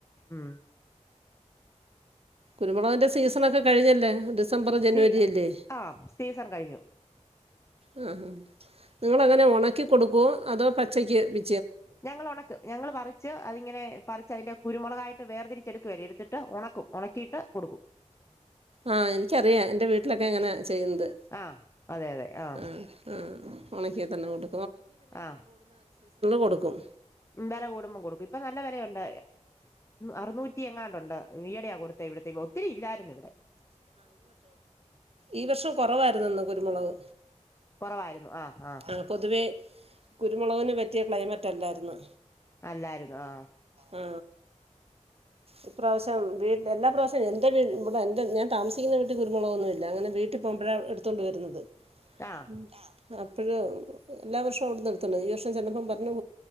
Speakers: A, on the left; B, on the right.
A: ഉ
B: കുരുമുളകന്റെ സീസണൊക്കെ കഴിഞ്ഞല്ലേ ഡിസംബർ ജനുവരി
A: സി
B: അല്ലേ
A: ആ സിസൺ കഴിഞ്ഞു
B: ആ നിങ്ങളെ എങ്ങനെ ഒണക്കി കൊടുക്കുവോ അതോ പച്ചയ്ക്ക് വി
A: ഞങ്ങള് ഒണക്ക് ഞങ്ങള് പറിച്ച് അതിയിങ്ങനെ പറി അതിന്റെ കുരുമൊളകായിട്ട് വേർതിരിച്ചെടുക്കുവല്ലേ എട്ത്തിട്ട് ഒണക്കും ഒണക്കിട്ട് കൊടുക്കും
B: ആാ എനിക്കറിയാം എന്റെ വീട്ടിലൊക്കെ ഇങ്ങനെയ ചെയ്യ്ന്നത്
A: ആ അതെ അതെ ആ
B: ഉം ആാ ആാ ഉണക്കി തന്നെ കൊട്
A: ആാ
B: കൊടുക്കും
A: വെല കൂടുമ്പം കൊടുക്കും ഇപ്പം നല്ല വെലയൊണ്ട് അറുനൂറ്റി റ്റി എങ്ങാണ്ട് ഒണ്ട് ഈയെടാ കൊടുത്തേ ഇവടത്തെ ഒത്തിരി ഇല്ലാര്ന്ന് ഇവടെ
B: ഈ വർഷം കൊറവാ കുരുമൊളക്
A: കൊറവായിരുന്നു ആഹ് ആഹ്
B: ആ പൊതുവേ കുരുമൊളകിന് പറ്റിയ ക്ലൈമറ്റ് അല്ലാര്ന്ന്
A: അല്ലാരന്ന് ആാ
B: ആാ ഇപ്രാവശ്യം എല്ലാ പ്രാവശ്യം എന്റെ വീ ഇവടെ എൻ്റെ ഞാൻ താമസിക്ക്ന്നാ വീട്ടി കുര്മൊളെകൊന്നും ഇല്ലാ അങ്ങനെ വീട്ടി പോമ്പാഴാ എടുത്തോണ്ട് വെര്ന്നത്
A: ആഹ്
B: <inaudible> അപ്പോഴ് എല്ലാ വർഷവും അവടെന്ന് എട്ത്തോണ്ട് ഈ വർഷം ചെന്നപ്പം പറഞ്ഞു